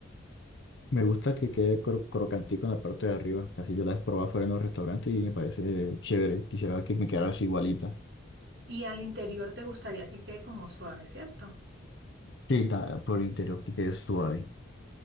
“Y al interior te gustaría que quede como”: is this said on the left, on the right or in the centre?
Right